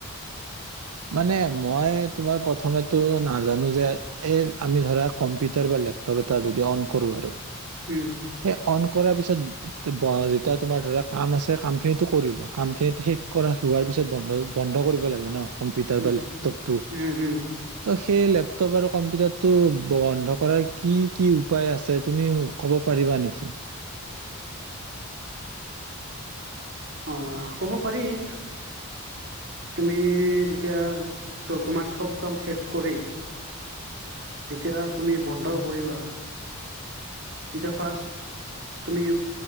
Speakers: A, on the right (about 80°); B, on the right (about 50°).
A: মানে মই তোমাৰ প্ৰথমেটো নাজানো যে এই আমি ধৰা কম্পিউটাৰ বা লেপটপ এটা যদি অন কৰোঁ আৰু
B: উম,
A: সেই অন কৰাৰ পিছত <unintelligible> এতিয়া তোমাৰ ধৰা কাম আছে কামখিনিতো কৰিলো। কামখিনিত শেষ কৰা হোৱাৰ পিছত বন্ধ বন্ধ কৰিব লাগে ন। কম্পিউটাৰ
B: উম,
A: বা লেপটপটো,
B: উম, হুম,
A: ত' সে সেই লেপটপ আৰু কম্পিউটাৰটো বন্ধ কৰাৰ কি কি উপায় আছে তুমি ক'ব পাৰিবা নেকি?
B: অ, কব পাৰি। তুমি যেতিয়া তোমাৰ চব কাম শেষ কৰি যেতিয়া তুমি বন্ধ কৰিবা, যেতিয়া ফাৰ্ষ্ট তুমি